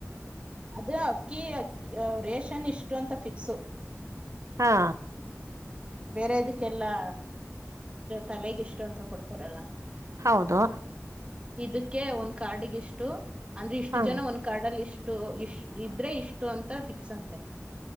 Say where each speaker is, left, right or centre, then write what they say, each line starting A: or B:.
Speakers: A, on the right; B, on the right.
A: ಅದು ಅಕ್ಕಿ ಅಕ್ಕಿ ರೇಷನ್ ಇಷ್ಟು ಅಂತ ಫಿಕ್ಸು
B: ಹಾ
A: ಬೇರೆ ಅದಕ್ಕೆಲ್ಲಾ ತಲೆಗೆಿಷ್ಟು ಅಂತ ಕೊಡ್ತಾರಲ್ಲ
B: ಹೌದು
A: ಇದಕ್ಕೆ ಒಂದ್ ಕಾರ್ಡ್ಗ ಇಷ್ಟು ಅಂದ್ರೆ ಇಷ್ಟು
B: ಹಾ
A: ಜನ ಒಂದ್ ಕಾರ್ಡ್ ಅಲ್ಲಿ ಇಷ್ಟು ಇಷ್ಟು ಇಷ್ಟ ಇದ್ರೆ ಇಷ್ಟು ಅಂತ ಫಿಕ್ಸ್ ಅಂತೆ